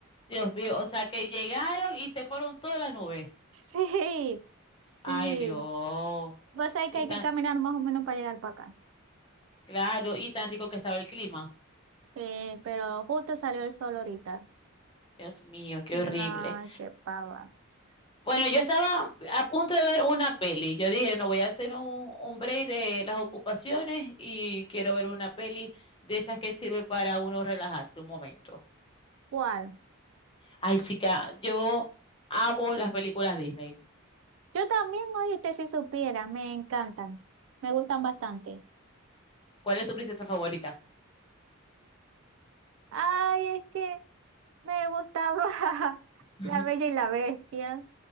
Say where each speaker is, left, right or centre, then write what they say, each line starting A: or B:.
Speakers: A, on the left; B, on the right.
A: Dios mío, o sea que llegaron y se fueron todas las nubes.
B: Sí, sí.
A: Ay, Dios.
B: Vos sabés
A: Y
B: que hay
A: tan,
B: que caminar más o menos para llegar para acá.
A: claro, y tan rico que estaba el clima.
B: Sí, pero justo salió el sol ahorita.
A: Dios mío, qué
B: No,
A: horrible.
B: qué pava.
A: Bueno,
B: Mire,
A: yo estaba a punto de ver una peli. Yo dije, no voy a hacer un, un break de las ocupaciones y quiero ver una peli de esas que sirve para uno relajarse un momento.
B: ¿cuál?
A: Ay, chica, yo amo las películas Disney.
B: Yo también, oíste, si supiera, me encantan. Me gustan bastante.
A: ¿Cuál es tu princesa favorita?
B: Ay, es que me gustaba <laughs>
A: <laughs>
B: La Bella y la Bestia.